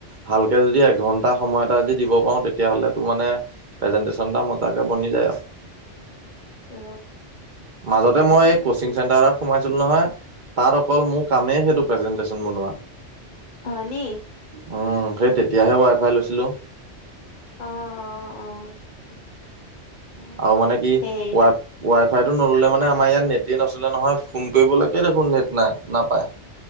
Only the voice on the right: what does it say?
ভালকে যদি এঘন্টা সময় এটা যদি দিব পাৰো তেতিয়াহলে তো মানে প্ৰেজেণ্টেশ্যন এটা মজাকে বনি যায় আৰু।
মাজতে মই এই কচিং চেণ্টাৰত সোমাইছিলো নহয় তাত অকল মোৰ কামেই সেইটো প্ৰেজেন্টেচন বনোৱা।
উম সেই তেতিয়াহে ৱাই
ফাই লৈছিলো।
আৰু মানে কি
ৱা ৱা ফাইটো নললে মানে আমাৰ ইয়াত নেটেই নছলে নহয়, ফোন কৰিবলৈকে দেখোন নেট নাই নাপায়।